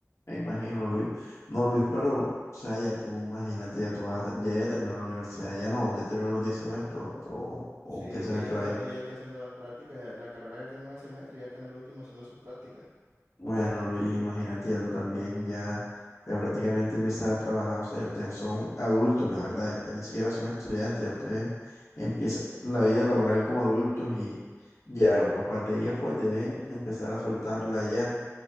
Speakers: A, on the left (about 60°); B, on the right (about 75°).
A: Me imagino, Luis. No, Luis, pero, o sea, ya tú, imagínate, ya tú vas a, ter- ya, ya terminó la universidad, ya no, ya terminó los 10 semestres, o, o
B: Sí,
A: qué semestre
B: ella está,
A: va
B: ella está haciendo las prácticas, la carrera ya tiene nueve semestres y ya está en el último haciendo sus prácticas.
A: Bueno, Luis, imagínate, ya tú también ya, ya prácticamente empiezas a trabajar, o sea, ya ustedes son adultos, la verdad, ya ni siquiera son estudiantes, ya ustedes empiezan la vida laboral como adultos y ya los papás de ellas pues deben empezar a soltarla ya.